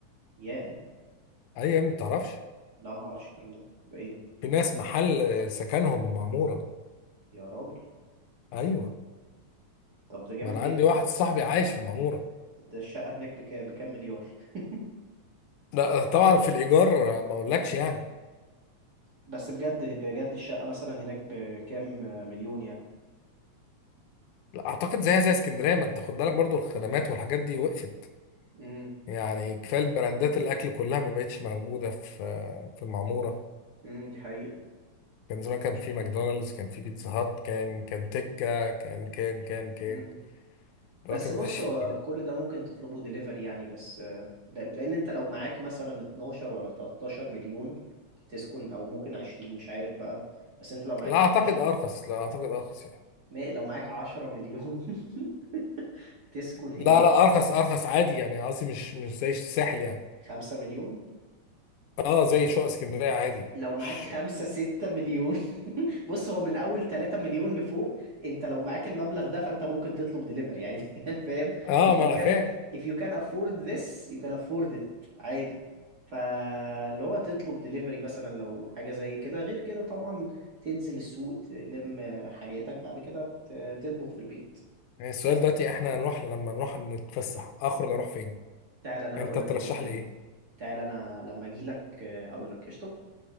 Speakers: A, on the right; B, on the left.
A: ياه
B: ايوه يا ابني ما تعرفش
A: لا ما اعرفش الكلام ده ده ايه ده
B: في ناس محل آه، سكنهم المعمورة
A: يا راجل
B: ايوه
A: طب ده جامد
B: ما انا عندي
A: جدا
B: واحد صاحبي عايش في المعموره
A: ده الشقة هناك بك... بكام مليار <laughs>
B: لا آه، طبعا في الايجار آه، ما اقولكش يعني
A: بس بجد بجد الشقة مثلا هناك بكام آه، مليون يعني
B: لا اعتقد زيها زي اسكندريه ما انت خد بالك برضو الخدمات والحاجات دي وقفت
A: امم
B: يعني كفايه البراندات الاكل كلها ما بقتش موجوده في في المعموره
A: امم دي حقيقة
B: كان زمان كان في ماكدونالدز كان في بيتزا هات كان كان تكه كان كان كان كان
A: امم
B: دلوقتي
A: بس
B: ما
A: بص
B: بقاش
A: هو
B: فيه يعني
A: كل ده ممكن تطلبه ديليفري يعني بس آه، لا- لأن أنت لو معاك مثلا 12 ولا 13 مليون تسكن أو ممكن 20 مش عارف بقى بس أنت لو معاك
B: لا اعتقد
A: 12
B: ارخص لا اعتقد ارخص يعني
A: ما لو معاك 10 مليون <laughs> تسكن هناك
B: لا لا ارخص ارخص عادي يعني قصدي مش مش زي الساحل يعني
A: 5 مليون
B: اه زي شقق اسكندريه عادي
A: لو معاك
B: مش
A: خمسة ستة مليون <laughs> بص هو من أول تلاتة مليون لفوق أنت لو معاك المبلغ ده فأنت ممكن تطلب دليفري عادي <laughs> يعني فاهم
B: اه
A: if you
B: ما انا فاهم
A: can if you can afford this you can afford it عادي فاللي هو تطلب دليفري مثلا لو حاجة زي كده غير كده طبعا تنزل السوق تلم حاجاتك بعد كده ت- تطبخ في البيت
B: يعني السؤال
A: ف-
B: دلوقتي احنا هنروح لما نروح نتفسح اخرج
A: م.
B: اروح فين
A: تعال أنا
B: انت
A: هقولك
B: ترشح
A: نروح فين
B: لي ايه
A: تعال أنا لما أجيلك هقولك قشطة